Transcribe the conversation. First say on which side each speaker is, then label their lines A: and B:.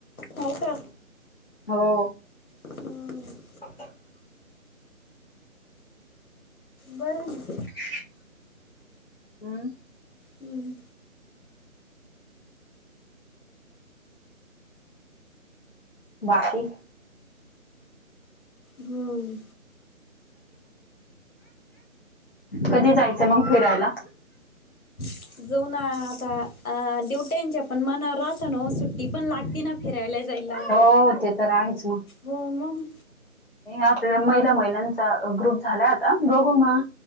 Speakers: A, on the left (about 80°); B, on the left (about 40°).
A: होय का.
B: हो.
A: हम्म.
B: <inaudible>
A: बरं <inaudible>
B: <inaudible> अं.
A: अंहं.
B: बाकी?
A: हम्म.
B: कधी जायचं मग फिरायला?
A: जऊ ना आता, अ दिवट्यांचे पण राहतं नव्हं सुट ती पण लागते ना फिरायला जायला,
B: हो ते तर आहेच मग.
A: हो मंग.
B: आपल्या महिला महिलांचा ग्रुप झालाय आता बघू म